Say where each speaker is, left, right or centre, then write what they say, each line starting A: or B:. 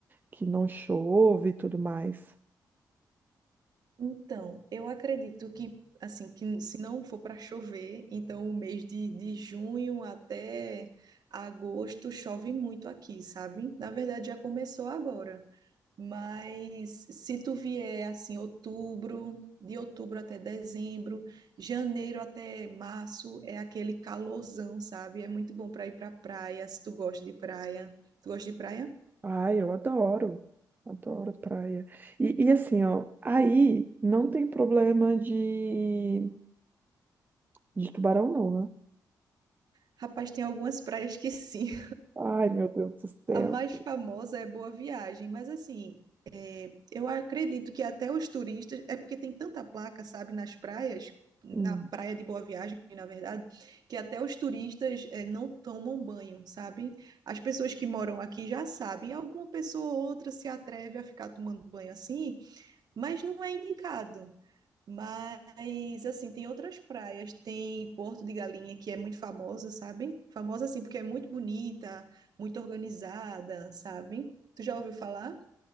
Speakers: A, on the right; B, on the right.
A: que não chove e tudo mais.
B: Então, eu acredito que, assim, que se não for para chover, então o mês de, de junho até agosto chove muito aqui, sabe? Na verdade, já começou agora. Mas se tu vier, assim, outubro, de outubro até dezembro, janeiro até março, é aquele calorzão, sabe? É muito bom para ir para praia, se tu gosta de praia. Tu gosta de praia?
A: Ai, eu adoro. Adoro praia. E, e assim, ó, aí não tem problema de de tubarão não, né?
B: Rapaz, tem algumas <laughs> praias que sim.
A: Ai, meu Deus do céu.
B: A mais famosa é Boa Viagem, mas assim, Eu acredito que até os turistas, é porque tem tanta placa, sabe, nas praias, na
A: Hum.
B: praia de Boa Viagem, na verdade, que até os turistas eh, não tomam banho, sabe? As pessoas que moram aqui já sabem, alguma pessoa ou outra se atreve a ficar tomando banho assim, mas não é indicado. Mas, assim, tem outras praias, tem Porto de Galinha, que é muito famosa, sabe? Famosa, assim, porque é muito bonita, muito organizada, sabe? Tu já ouviu falar?